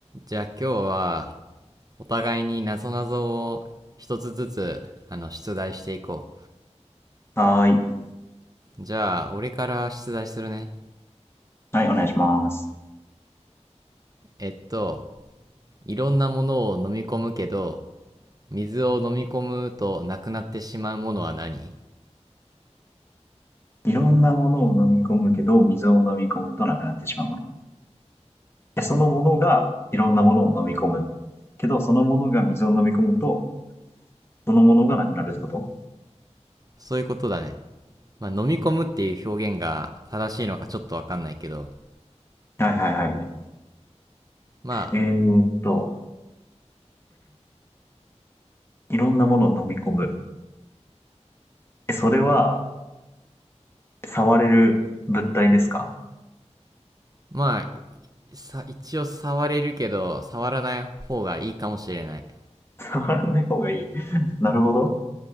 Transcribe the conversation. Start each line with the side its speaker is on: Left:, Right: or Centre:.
Right: じゃあ今日はお互いに謎々を一つずつあの出題していこ
Left: はーい。
Right: う。じゃあ俺から出題するね。
Left: はい、お願いします。
Right: えっと、いろんなものを飲み込むけど、水を飲み込むとなくなってしまうものは何
Left: いろんなものを飲み込むけど、水を飲み込むとなくなってしまうもの。でそのものがいろんなものを飲み込む。けど、そのものが水を飲み込むと、そのものがなくなるってこと
Right: そういうことだね。まあ飲み込むっていう表現が正しいのかちょっとわかんないけど、
Left: はいはいはいはい。
Right: まあ、
Left: えー、っと、いろんなものを飲み込む。え、それは、触れる物体ですか
Right: まあ、さ一応触れるけど、触らない方がいいかもしれない。
Left: <laughs> 触らない方がいい。<laughs> なるほど。